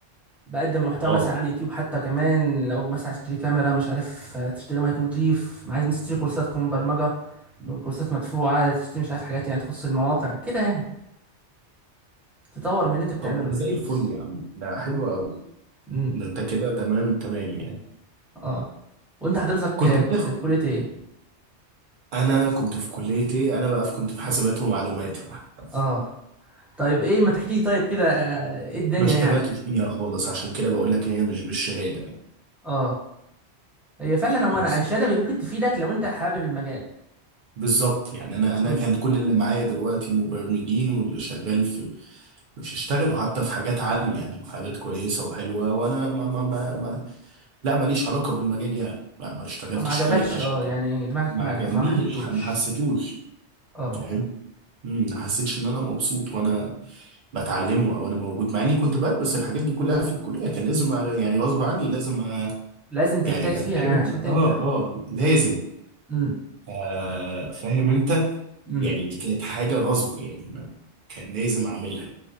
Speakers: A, in the centre; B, on the right (about 50°).
A: بقدم محتوى
B: اه
A: مثلا على اليوتيوب حتى كمان لو مثلا عايز تشتري كاميرا مش عارف آه، تشتري مايك نضيف عايز مثلا تشتري كورسات كمان برمجة كورسات مدفوعة تشتري مش عارف حاجات يعني تخص المواقع كده يعني تطور من اللي انت بتعمله
B: طب ده
A: بالفلوس
B: زي الفل يا عم ده حلو قوي
A: امم
B: ده انت كده تمام التمام يعني
A: اه وانت حضرتك
B: كنت
A: آه،
B: بتاخد
A: كنت في كلية ايه
B: انا كنت في كلية ايه انا بقى في كنت في حاسبات ومعلومات يا محمد
A: اه طيب ايه ما تحكي طيب كده آه، ايه الدنيا
B: ما اشتغلتش
A: يعني
B: بيها خالص عشان كده بقول لك هي مش بالشهادة يعني
A: اه هي فعلا هو
B: بس
A: انا الشهادة ممكن تفيدك لو انت حابب المجال
B: بالظبط يعني انا انا
A: امم
B: كان كل اللي معايا دلوقتي مبرمجين واللي شغال في مش اشتغلوا حتى في حاجات عالية يعني حاجات كويسة وحلوة وانا ما ما ما, ما لا ماليش علاقة بالمجال يعني ما, ما اشتغلتش
A: ما عجبكش
B: فيه عشان
A: اه
B: كده
A: يعني دماغك
B: ما
A: ما
B: عجبنيش
A: ما راحتلوش
B: ما حسيتوش
A: اه
B: فاهم مم، ما حسيتش ان انا مبسوط وانا بتعلمه او انا موجود مع اني كنت بدرس الحاجات دي كلها في الكليه كان لازم أ- يعني غصب عني لازم أ-
A: لازم تجتهد
B: يعني
A: فيها
B: اذاكرها
A: يعني عشان تنجح
B: اه اه لازم
A: امم
B: آه فاهم انت
A: امم
B: يعني دي كانت حاجه غصب يعني ما- كان لازم اعملها